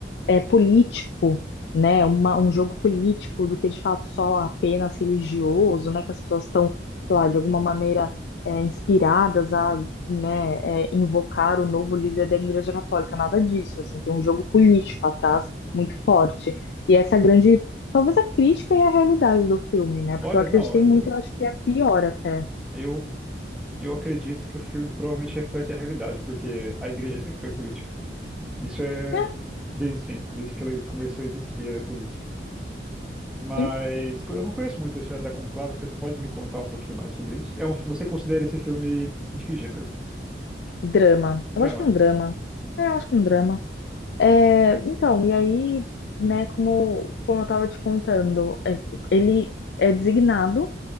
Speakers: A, on the left; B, in the centre.
A: é, político, né? uma- um jogo político do que de fato só apenas religioso, né? Que as pessoas estão, sei lá, de alguma maneira é, inspiradas a, né, é, invocar o novo líder da Igreja Católica, nada disso, assim, tem um jogo político atrás muito forte. E essa é a grande, talvez a crítica e a realidade do filme, né? Porque
B: Olha,
A: eu acreditei
B: não, eu,
A: muito, eu acho que é pior até.
B: eu, eu acredito que o filme provavelmente reflete a realidade, porque a igreja sempre foi política. Isso é
A: né?
B: desde sempre, desde que ela começou a existir, ela é política. Mas
A: Sim.
B: co- eu não conheço muito a história da Conclave, você pode me contar um pouquinho mais sobre isso? É um, você considera esse filme de que gênero?
A: Drama.
B: Drama?
A: Eu acho que é um drama. É, eu acho que é um drama. É, então, e aí, né, como, como eu tava te contando, é, ele é designado,